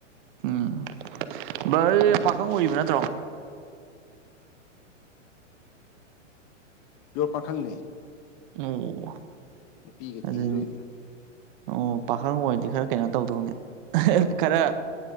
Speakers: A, on the right; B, on the left.
A: ꯎꯝ ꯚꯔꯁ ꯄꯥꯈꯪ ꯑꯣꯏꯔꯤꯕ ꯅꯠꯇ꯭ꯔꯣ
B: ꯌꯣꯔ ꯄꯥꯈꯪꯅꯤ
A: ꯑꯣ
B: ꯅꯨꯄꯤꯒ
A: ꯑꯗꯨ
B: ꯊꯤꯔꯣꯏꯗ
A: ꯑꯣ ꯄꯥꯈꯪ ꯑꯣꯏꯔꯗꯤ ꯈꯔ ꯀꯩꯅꯣ ꯇꯧꯗꯧꯅꯦ ꯈꯔ